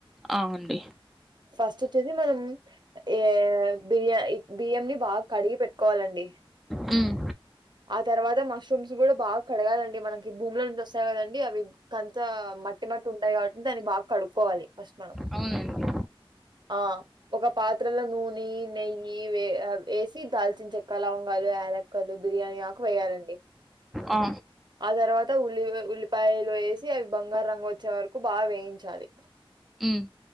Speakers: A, in the centre; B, on the right.
A: ఆ అండి
B: ఫస్ట్ వచ్చేసి మనం ఏ బిర్యా ఇ బియ్యం ని బాగా కడిగి పెట్టుకోవాలండి
A: హ్మ్
B: ఆ తర్వాత మష్ బాగ కడగాలండి మనకి భూములో నుంచి వస్తాయి గదండి అవి కంత మట్టి మట్టి ఉంటాయ్ గాబట్టి దాన్ని బాగా కడుక్కోవాలి ఫస్ట్ మనం
A: అవునండి
B: ఆ ఒగ పాత్రలో నూనె నెయ్యి వె ఆ వేసి దాల్చిన చెక్క లవంగాలు యాలక్కలు బిర్యానీ ఆకు వేయ్యాలండి
A: ఆ
B: ఆ తర్వాత ఉల్లి ఉల్లిపాయలు వేసి అవి బంగారు రంగు వచ్చే వరకు బాగ్ వేయించాలి
A: హ్మ్